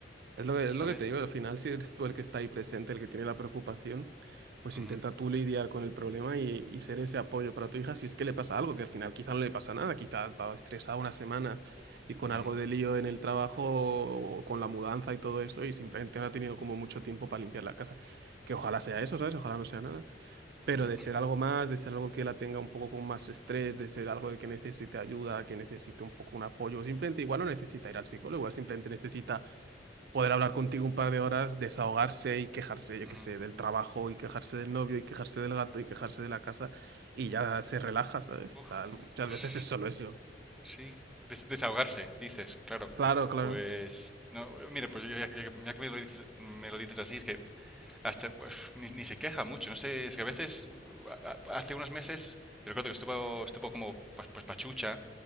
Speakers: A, on the right; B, in the centre.
A: Es lo que,
B: ¿sabes?
A: es lo que te digo, al final, si eres tú el que está ahí presente, el que tiene la preocupación, pues
B: Ujú,
A: intenta tú lidiar con el problema y, y ser ese apoyo para tu hija si es que le pasa algo, que al final quizá no le pasa nada, quizá has estado estresada una semana y con
B: ujú,
A: algo de lío en el trabajo o con la mudanza y todo eso y simplemente no ha tenido como mucho tiempo para limpiar la casa. Que ojalá sea eso, ¿sabes? Ojalá no sea nada. Pero
B: ujú,
A: de ser algo más, de ser algo que la tenga un poco con más estrés, de ser algo de que necesite ayuda, que necesite un poco un apoyo, simplemente igual no necesita ir al psicólogo, igual simplemente necesita poder hablar contigo un par de horas, desahogarse y quejarse, yo
B: ujú.
A: qué sé, del trabajo y quejarse del novio y quejarse del gato y quejarse de la casa y ya se relaja, ¿sabes?
B: Uf,
A: O sea, muchas
B: pues
A: veces es solo eso.
B: sí, des- desahogarse, dices, claro.
A: Claro, claro.
B: Pues, no, eh, mira, pues ya, ya que ya que me lo dices, me lo dices así, es que hasta uf, ni, ni se queja mucho, no sé, es que a veces, a- a- hace unos meses, yo recuerdo que estuvo, estuvo como pa- pues pachucha,